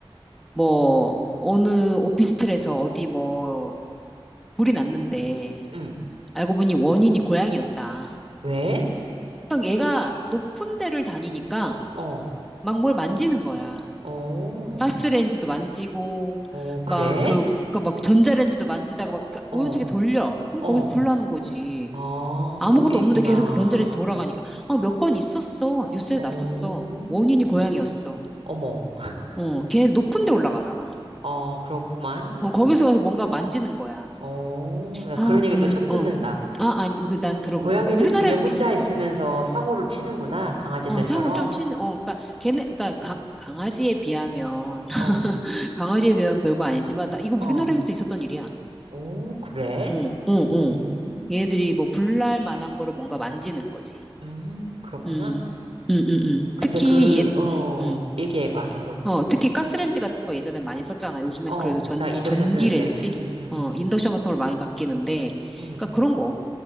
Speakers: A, in the centre; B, on the right.
A: 뭐, 어느 오피스텔에서 어디 뭐, 불이 났는데,
B: 응.
A: 알고 보니 원인이 고양이였다.
B: 왜?
A: 그러니까 얘가 높은 데를 다니니까
B: 어,
A: 막 뭘 만지는 거야.
B: 어,
A: 가스레인지도 만지고,
B: 어, 그래?
A: 막 그, 그니까 막 전자레인지도 만지다가 막 우연찮게
B: 어,
A: 돌려. 그럼
B: 어.
A: 거기서 불 나는 거지.
B: 아,
A: 아무것도
B: 그런 게 있구나.
A: 없는데 계속 그 전자레인지 돌아가니까. 아, 몇 건 있었어. 뉴스에
B: 어,
A: 났었어. 원인이 고양이였어.
B: 어머.
A: 어, 걔 높은 데 올라가잖아.
B: 어, 그렇구만.
A: 어, 거기서 가서 뭔가 만지는 거야.
B: 어, 나
A: 아,
B: 그런 얘기
A: 그런,
B: 또 처음
A: 어.
B: 듣는다.
A: 아, 아니, 그 난 들어본,
B: 고양이도
A: 어, 우리나라에도
B: 집에 혼자
A: 서 있었어.
B: 있으면서 사고를 치는구나. 강아지들처럼.
A: 어, 사고 좀 친, 어, 그니까, 걔네, 그니까, 강, 강아지에 비하면, <laughs>
B: 어,
A: 강아지에 비하면 별거 아니지만, 나 이거
B: 어.
A: 우리나라에서도 있었던 일이야.
B: 오, 그래?
A: 응, 응,
B: 오,
A: 응. 얘들이 뭐, 불날 만한 거를 뭔가 만지는 거지.
B: 음, 그렇구나.
A: 음, 음, 음, 음.
B: 근데
A: 특히,
B: 그,
A: 얘,
B: 어,
A: 음, 음.
B: 얘기해봐, 계속.
A: 어, 특히 가스레인지 같은 거 예전에 많이 썼잖아. 요즘엔
B: 어,
A: 그래도 전,
B: 나 인덕션
A: 전기레인지?
B: 쓰는데. 음, 음,
A: 어,
B: 음,
A: 인덕션 같은 걸 많이 바뀌는데,
B: 음.
A: 그니까 그런
B: 음.
A: 거,